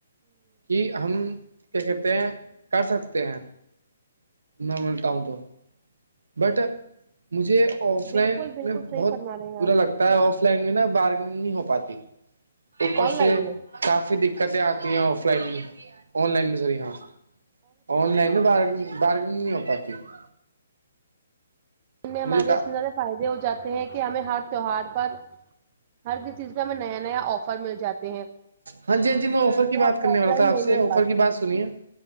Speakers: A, on the right; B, on the right.
A: کہ ہم کیا کہتے ہیں کر سکتے ہیں نارمل ٹاؤن تو بٹ مجھے آف
B: بالکل
A: لائن
B: بالکل
A: میں
B: صحیح
A: بہت
B: فرما رہے ہیں
A: برا
B: آپ
A: لگتا ہے آف لائن میں نا بارگننگ نہیں ہو پاتی اوپر
B: آن
A: سے
B: لائن میں آن
A: کافی دقتیں آتی ہیں آف لائن میں آن لائن میں سوری ہاں آن لائن بار بارگگ نہیں ہو پاتی <unintelligible>
B: ان میں ہمارے
A: مجھے کہا
B: اتنے زیادہ فائدے ہو جاتے ہیں کہ ہمیں ہر تہوار پر ہر ک چیز پہ ہمیں نیا نیا آفر مل جاتے ہیں
A: ہاں جی ہاں جی میں آفر کی
B: جو
A: بات
B: ہمیں
A: کرنے
B: آف
A: والا
B: لائن
A: تھا آپ
B: نہیں
A: سے
B: مل
A: آفر
B: پاتی
A: کی بات سنیے